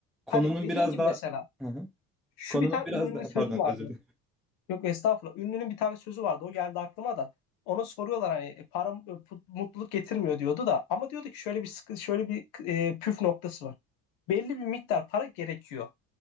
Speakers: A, in the centre; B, on the left (about 80°).
A: Konunun
B: Hani dediğin
A: biraz
B: gibi
A: daha
B: mesela
A: Hı hı.
B: şu
A: Konunun
B: bir tane
A: biraz
B: ünlünün
A: daha
B: sözü
A: pardon
B: vardı.
A: özür dilerim.
B: Yok estağfurullah. Ünlünün bir tane sözü vardı. O geldi aklıma da. Ona soruyorlar hani e, para e, put- mutluluk getirmiyor diyordu da ama diyordu ki şöyle bir sıkı- şöyle bir e, püf noktası var. Belli bir miktar para gerekiyor.